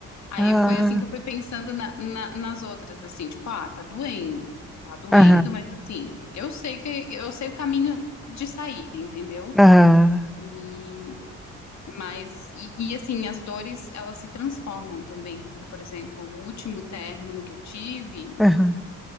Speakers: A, on the left; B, in the centre.
A: Aí
B: Ah.
A: foi assim que eu fui pensando na- na- nas outras, assim, tipo, ah, tá doendo, tá doendo,
B: Aham.
A: mas assim, eu sei que eu sei o caminho de saída, entendeu?
B: Aham,
A: E mas e, e, assim, as dores elas se transformam também, porque por exemplo, o último término que eu tive
B: aham.